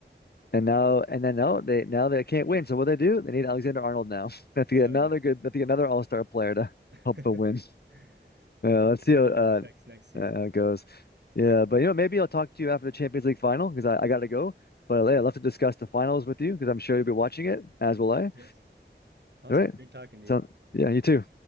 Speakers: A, on the left; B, on the right.
A: And now and then now they now they can't win. So what they do? They need Alexander Arnold now. <laughs> They have to
B: Oh
A: get another
B: yeah.
A: good they have to get another all-star player to <laughs>
B: <laughs>
A: help them win. Yeah,
B: Yeah, we'll
A: let's
B: see
A: see how
B: how
A: uh,
B: that affects next season.
A: uh, how it goes. Yeah, but you know, maybe I'll talk to you after the Champions League final because I, I gotta go. But yeah, I'd love to discuss the finals with you because I'm sure you'll be watching it, as will I.
B: Yes. Awesome.
A: All right.
B: Great talking to
A: So
B: you.
A: yeah, you too.